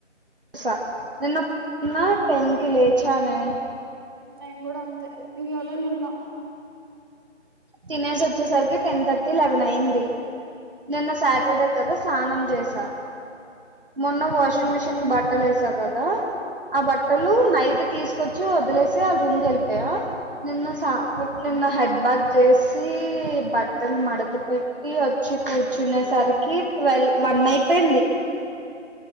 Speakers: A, on the right; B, on the right.
A: <unintelligible> నిన్న టెన్కి లేచ నే
B: నేను కూడ అంతే ఇయల నిన్న
A: తినేసి వచ్చేసరికి టెన్ థర్టీ లెవెన్ అయ్యింది నిన్న సాటర్డే కదా స్నానం చేస మొన్న వాషింగ్ మిషిన్ కు బ బట్టలు ఏస కదా ఆ బట్టలు నైట్ తీసుకొచ్చి వదిలేసి ఆళ్ళ రూమ్ కి వెళ్ళిపోయా నిన్న సా నిన్న హెడ్బాద్ వేసి బట్టలు మడత పెట్టి వచ్చి కూర్చునేసరికి ట్వల్ వన్ అయిపోయింది